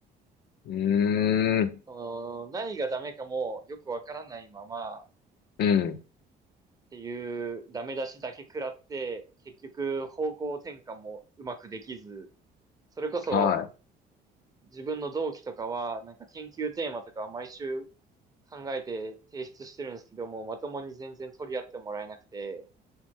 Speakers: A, on the left; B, on the right.
A: うーん、
B: その何がダメかもよくわからないままっ
A: うん、
B: ていうダメ出しだけ食らって、結局方向転換もうまくできず、それこそ
A: は
B: 自分の同期とかは、なんか研究テーマとかは毎週考えて提出してるんですけども、まともに全然取り合ってもらえなくて、